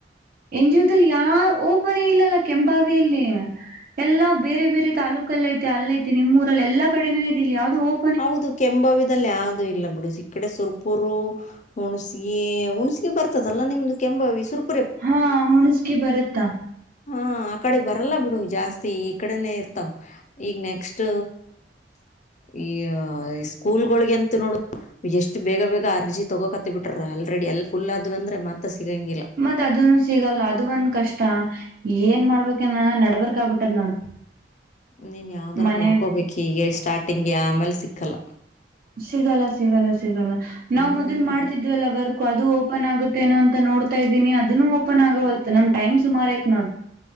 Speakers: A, on the right; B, on the left.
A: ಎನ್ ಜದಲ್ಲಿ ಯಾವ ಓಪನಿ ಇಲ್ಲಲ್ಲ ಕೆಂಬಾವಿಯಲ್ಲಿ ಎಲ್ಲಾ ಬೇರೆ ಬೇರೆ ತಾಲೂಕಲ್ಲ ಐತಿ ಅಲ್ಲೈಐತಿ ನಿಮ್ೂಊರಲ್ಲಿ ಎಲ್ಲಾ ಕಡೆನೂ ಇದಿಲ್ಲ ಯಾವವು್ದ ಹೋಗ
B: ಹೌದು ಕೆಂಂಬವಿದದಲ್ಲಿ ಯಾವುೂ ಇಲ್ಲ ಬಿ ಈ ಕಡೆ ಸುರ್ಪುರು ಹುಣ್ಸಿಗೆಿ ಹುಣ್ಸಿಗೆಿ ಬರ್ತದಲ್ಲ ನಿಮ್ದು ಕೆಂಂಬಾವಿ ಸುರ್ಪು
A: ಹಾ ಹುಣಸ್ಕಿ ಬರುತ್ತಾ
B: ಹಾ ಆ ಕಡೆ ಬರಲ್ಲ ಬಿಡು ಜಾಸ್ತಿ ಈ ಕಡೆನೇ ಇರ್ತಾವ್ ಈಗ್ ನೆಕ್ಸ್ಟ್ ಈ ಸ್ಕೂಲ್ಗಳೊಗೆಂತು ನೋಡ ಎಷ್ಟು ಬೇಗ ಬೇಗ ಅರ್ಜಿ ತೊಗೋಕತ್ತ ಬಿಟ್ರ ಆಲ್ರೆಡಿ ಎಲ್ ಫುಲ್ ಆದ್ ಅಂದ್ರೆ ಮತ್ರ ಸಿಗಂಗಿಲ್ಲ
A: ಮತ್ತ್ ಅದನು ಸಿಗಲ್ಲ ಅದು ಒಂದ್ ಕಷ್ಟ ಏನ್ ಮಾಡ್ಬೇಕನ ನಡ್ಬರ್ಕ್ ಆಗ್ಬಿಟ್ಟದ್ ನೋಡು
B: ನೀನ್ ಯಾವ್ದಾರ
A: ಮನೆ
B: ನೋಡ್ಕೋಬೇಕು ಹೀಗೆ ಸ್ಟಾರ್ಟಿಂಗ್ಗೆ ಆಮೇಲೆ ಸಿಕ್ಕಲ್ಲ
A: ಸಿಗಲ್ಲ ಸಿಗಲ್ಲ ಸಿಗಲ್ಲ ನಾವ್
B: ಹ್ಮ್
A: ಮೊದ್ಲ್ ಮಾಡ್ತಿದ್ವಲ್ಲ ಬರ್ ಅದು ಓಪನ್ ಆಗುತ್ತ ನು ಅಂತ ನೋತಾ ಇದೀನ ಅದುೂ ಓಪನ್ ಆಗೋಲ್ ನಮ ಮ್ ಸುಮಾರ ಐತ ನೋಡ